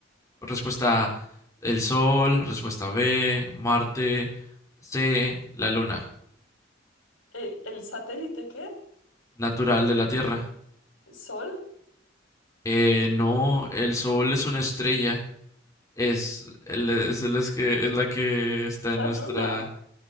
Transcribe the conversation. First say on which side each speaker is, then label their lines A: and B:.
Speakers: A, on the left (about 15°); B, on the left (about 85°).
A: respuesta A, el Sol, respuesta B, Marte, C, la Luna,
B: Eh, ¿el satélite qué?
A: natural de la Tierra.
B: ¿El sol?
A: Eh, no, el Sol es una estrella, es, el- es, el- es que, es la que está en
B: La
A: nuestra...
B: luna.